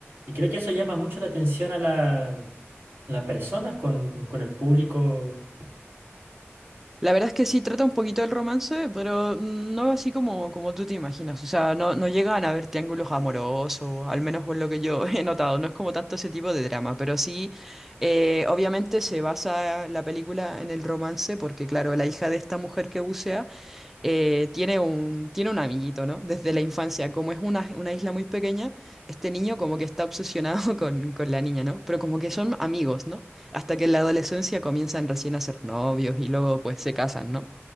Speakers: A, on the right; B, in the centre.
A: Y creo que eso llama mucho la atención a la, las personas con, con el público.
B: La verdad es que sí, trata un poquito del romance, pero no así como, como tú te imaginas. O sea, no, no llegan a haber triángulos amorosos, al menos por lo que yo <laughs> he notado. No es como tanto ese tipo de drama, pero sí, eh, obviamente se basa la película en el romance, porque claro, la hija de esta mujer que bucea eh, tiene un, tiene un amiguito, ¿no? Desde la infancia, como es una, una isla muy pequeña, este niño como que está obsesionado <laughs> con, con la niña, ¿no? Pero como que son amigos, ¿no? hasta que en la adolescencia comienzan recién a ser novios y luego pues se casan, ¿no?